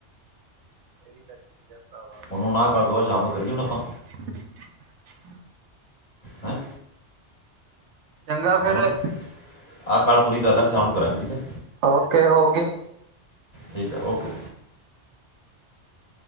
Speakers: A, on the right; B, on the left.
A: ਇਹ ਹੀ ਤਾਂ ਚੀਜ਼ ਚਲ ਭਰਾਵਾ
B: ਹੁਣ ਉਨਾ ਕਲ ਤੋਂ ਸ਼ਾਮ ਨੂੰ ਕਰੀਏ ਹੁਨ ਆਪਾਂ
A: <unintelligible>
B: ਹੈਂ
A: ਚੰਗਾ
B: ਹੈ
A: ਫਿਰ
B: ਵੋੋ <unintelligible> ਆਹ ਕਾਲ ਪੂਰੀ ਕਰ ਲੈ ਫਿਰ ਸ਼ਾਮ ਨੂੰ ਕਰਾਂਗੇ ਠੀਕ ਹੈ
A: ਓਕੇ ਹੋ ਗਈ
B: ਠੀਕ ਹੈ ਓਕੇ